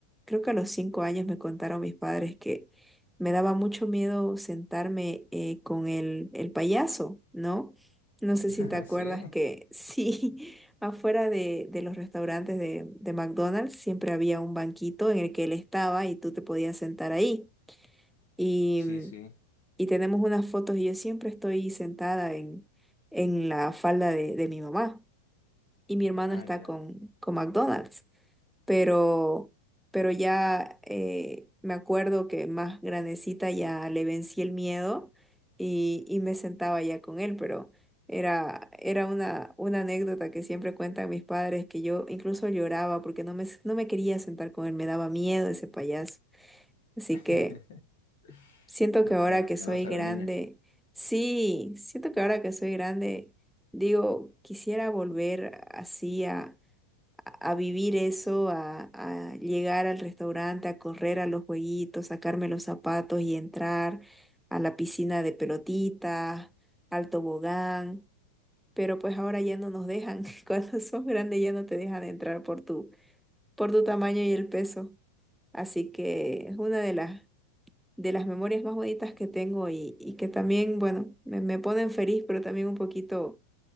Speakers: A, in the centre; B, on the left.
A: creo que a los cinco años me contaron mis padres que me daba mucho miedo sentarme eh, con el, el payaso, ¿no? No sé
B: <laughs>
A: si te
B: ¿Así?
A: acuerdas
B: ¿Sí?
A: que <laughs> sí. Afuera de, de los restaurantes de, de McDonald's siempre había un banquito en el que él estaba y tú te podías sentar ahí. Y,
B: Sí,
A: mm,
B: sí.
A: y tenemos unas fotos y yo siempre estoy sentada en, en la falda de, de mi mamá y mi hermano
B: Ah,
A: está
B: ya.
A: con, con McDonald's pero, pero ya eh, me acuerdo que más grandecita ya le vencí el miedo y, y me sentaba ya con él, pero era, era una, una anécdota que siempre cuentan mis padres que yo incluso lloraba porque no me, no me quería sentar con él, me daba miedo ese payaso. Así
B: <laughs>
A: que siento
B: O
A: que ahora
B: sea, era
A: que
B: miedosa
A: soy grande,
B: de niña.
A: sí, siento que ahora que soy grande, digo, quisiera volver así a a vivir eso, a, a llegar al restaurante, a correr a los jueguitos, sacarme los zapatos y entrar a la piscina de pelotitas, al tobogán, pero pues ahora ya no nos dejan, <laughs> cuando sos grande ya no te dejan entrar por tu, por tu tamaño y el peso, así que es una de las, de las memorias más bonitas que tengo y, y que también, bueno, me, me ponen feliz, pero también un poquito,